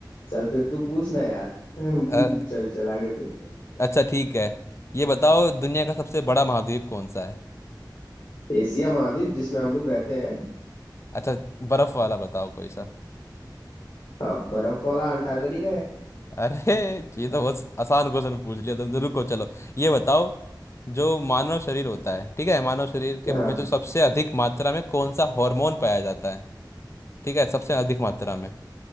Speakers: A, on the left; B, on the left.
A: चल फिर तू पूछना यार
B: अ,
A: <laughs> चल चल आगे पूछ
B: अच्छा ठीक है ये बताओ दुनिया का सबसे बड़ा महाद्वीप कौन सा है
A: एशिया महाद्वीप जिसमें हम लोग रहते हैं
B: अच्छा बर्फ वाला बताओ कोई सा
A: अ, बर्फ वाला अंटार्कटिका है
B: अरे ये तो बहुत आसान क्वेश्चन पूछ लिया तुम जरूर को चलो ये बताओ जो मानव शरीर होता है ठीक है मानव शरीर के
A: हाँ
B: में जो सबसे अधिक मात्रा में कौन सा हार्मोन पाया जाता है ठीक है सबसे अधिक मात्रा में